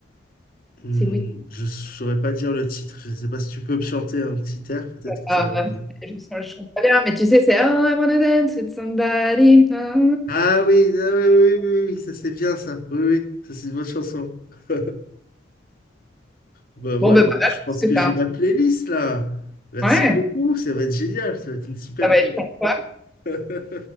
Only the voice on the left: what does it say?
Hmm,
je saurais pas dire le titre. Je sais pas si tu peux me chanter un petit air, peut-être que
ça
va.
Ah oui, ah oui, oui, oui, oui, oui, ça c'est bien ça. Oui, oui, ça c'est une bonne chanson. <laughs> Bah voilà,
je
pense
que
j'ai
ma playlist là. Merci
beaucoup, ça va être génial, ça va être une super
fête.
<laughs>